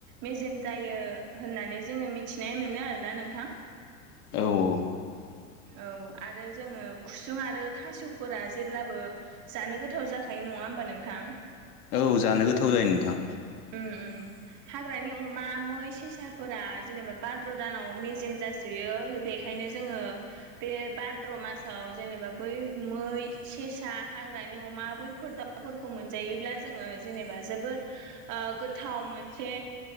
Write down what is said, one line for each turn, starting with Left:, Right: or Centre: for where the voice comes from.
Right: मेस जेम जायो होननानै जोङो मिथिनाय मोनो आरोना नोंथां
Left: औ औ
Right: औ आरो जोङो खुसुं आरो खासिवफोरा जेब्लाबो जानो गोथाव जाखायो नङा होमबा नोंथां
Left: औ जानो गोथाव जायो नोंथां
Right: उम उम हाग्रानि अमा मै सेसाफोरा जेनेबा बाद्र' दानाव मेजेम जासोयो बे खायनो जोङो बे बाद्र' मासाव जेनेबा बै मै सेसा हाग्रा नि अमा बैफोर दाउफोरखौ मोनजायोब्ला जोङो जेनेबा जोबोर ओ गोथाव मोनसे